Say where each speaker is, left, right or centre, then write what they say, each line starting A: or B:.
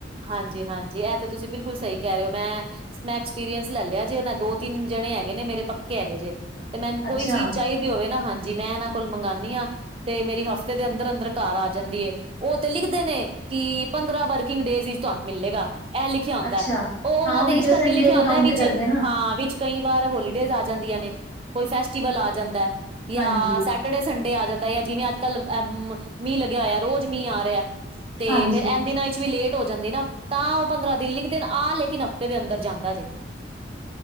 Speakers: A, on the right; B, on the left.
A: ਹਾਂਜੀ-ਹਾਂਜੀ ਇਹ ਤਾਂ ਤੁਸੀਂ ਬਿਲਕੁਲ ਸਹੀ ਕਹਿ ਰਹੇ ਹੋ ਮੈਂ ਮੈਂ ਐਕਸਪੀਰੀਅੰਸ ਲੈ ਲਿਆ ਜੇ ਉਹ ਦੋ ਤਿੰਨ ਜਣੇ ਹੈਗੇ ਨੇ ਮੇਰੇ ਪੱਕੇ ਹੈਗੇ ਜੇ ਤੇ ਮੈਨੂੰ
B: ਅੱਛਾ,
A: ਕੋਈ ਚੀਜ਼ ਚਾਹੀ ਦੀ ਹੋਵੇ ਨਾ ਹਾਂਜੀ ਮੈਂ ਇਹਨਾਂ ਕੋਲ ਮੰਗਾਨੀ ਹਾਂ। ਤੇ ਮੇਰੀ ਹਫ਼ਤੇ ਦੇ ਅੰਦਰ-ਅੰਦਰ ਘਰ ਆ ਜਾਂਦੀ ਏ ਉਹ ਤੇ ਲਿਖਦੇ ਨੇ ਕਿ ਪੰਦਰਾਂ ਵਰਕਿੰਗ ਡੇਜ਼ ਵਿੱਚ ਤੁਹਾਨੂੰ ਮਿਲੇਗਾ। ਐ ਲਿਖਿਆ ਹੁੰਦਾ
B: ਅੱਛਾ
A: ਓ
B: ਹਾਂ
A: ਓਨਾਂ
B: ਉਹ
A: ਦੇ
B: ਵਿੱਚੋਂ
A: ਇਸ ਕਰਕੇ
B: ਸੰਡੇ
A: ਲਿਖਿਆ
B: ਨੀ
A: ਆਂਦਾ
B: ਕਾਊਂਟ
A: ਵਿੱਚ
B: ਕਰਦੇ ਨਾ।
A: ਹਾਂ ਵਿੱਚ ਕਈ ਵਾਰ ਹੋਲੀਡੇਜ਼ ਆ ਜਾਂਦੀਆਂ ਨੇ ਕੋਈ ਫੈਸਟੀਵਲ ਆ ਜਾਂਦਾ ਯਾ
B: ਹਾਂਜੀ,
A: ਸ ੜੇ ਸੰਡੇ ਆ ਜਾਂਦਾ ਯਾ ਜਿਵੇਂ ਅੱਜ ਕਲ ਅ ਮੀਹ ਲਗਿਆ ਹੋਇਆ ਰੋਜ਼ ਮੀਂਹ ਆ ਰਿਹਾ। ਤੇ
B: ਹਾਂਜੀ
A: ਫੇਰ ਐਨ ਦਿਨਾਂ ਵਿੱਚ ਵੀ ਲੇਟ ਹੋ ਜਾਂਦੀ ਨਾ। ਤਾਂ ਓ ਪੰਦਰਾਂ ਦਿਨ ਲਿਖਦੇ ਨੇ ਆ ਲੇਕਿਨ ਹਫ਼ਤੇ ਦੇ ਅੰਦਰ ਜਾਂਦਾ ਜੇ।